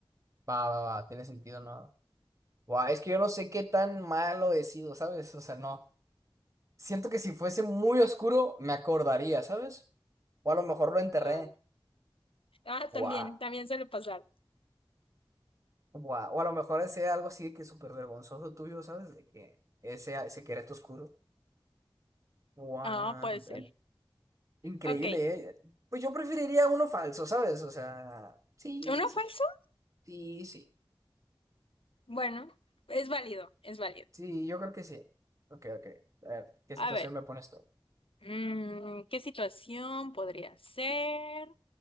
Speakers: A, on the right; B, on the left.
A: Va, va, va, tiene sentido, ¿no? Guau, es que yo no sé qué tan malo he sido, ¿sabes? O sea, no. Siento que si fuese muy oscuro, me acordaría, ¿sabes? O a lo mejor lo enterré.
B: Claro. Ah,
A: Guau,
B: también, también suele pasar.
A: guau. O a lo mejor ese algo así que es súper vergonzoso tuyo, ¿sabes? De que ese, ese secreto oscuro. Guau.
B: Ah, puede ser.
A: tan- Increíble,
B: Ok,
A: ¿eh? Pues yo preferiría uno falso, ¿sabes? O sea, sí,
B: ¿uno
A: sí,
B: falso?
A: sí, sí.
B: Bueno, es válido, es válido.
A: Sí, yo creo que sí. Ok, ok. A ver, ¿qué situación
B: A ver,
A: me pones tú?
B: mm, ¿qué situación podría ser?